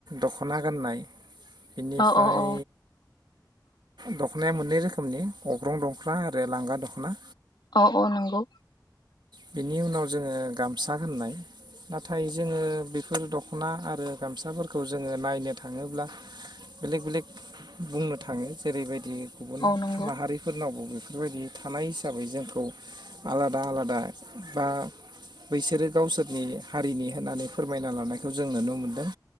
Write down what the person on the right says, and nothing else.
दखना गाननाय। बेनिफ्राय
दखनाया मोननै रोखोमनि अग्रं दखना आरो लांगा दखना।
बिनि उनाव जोङो गामसा होननाय। नाथाय जोङो बेफोर दखना आरो गामसाफोरखौ जोङो नायनो थाङोब्ला बेलेक बेलेक बुंनो थाङो जेरैबायदि गुबुन
माहारिफोरनावबो बेफोर बेफोरबायदि थानाय हिसाबै जों बेफोरखौ आलादा आलादा बा बैसोरो गावसोरनि हारिनि होननानै फोरमायना लानायखौ जों नुनो मोनदों।